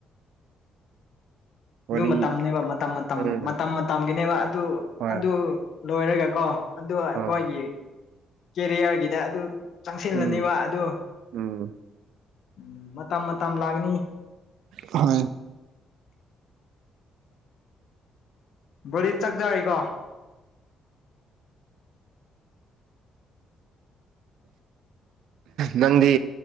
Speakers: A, on the right; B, on the left.
A: ꯋꯥꯔꯤ
B: ꯑꯗꯨ ꯃꯇꯝꯅꯦꯕ ꯃꯇꯝ ꯃꯇꯝ
A: ꯎꯝ
B: ꯃꯇꯝ ꯃꯇꯝꯒꯤꯅꯦꯕ ꯑꯗꯨ
A: ꯍꯣꯏ
B: ꯑꯗꯨ ꯂꯣꯏꯔꯒ ꯀꯣ ꯑꯗꯨꯒ ꯑꯩꯈꯣꯏꯒꯤ
A: ꯍꯣꯏ
B: ꯀꯦꯔꯤꯌꯔꯒꯤꯗ ꯑꯗꯨ ꯆꯪꯁꯤꯜꯂꯅꯦꯕ
A: ꯎꯝ
B: ꯑꯗꯨ
A: ꯎꯝ
B: ꯎꯝ ꯃꯇꯝ ꯃꯇꯝ ꯂꯥꯛꯅꯤ
A: ꯍ
B: ꯕꯣꯔꯤꯠ ꯆꯠ ꯆꯔꯔꯤꯀꯣ
A: ꯅꯪꯗꯤ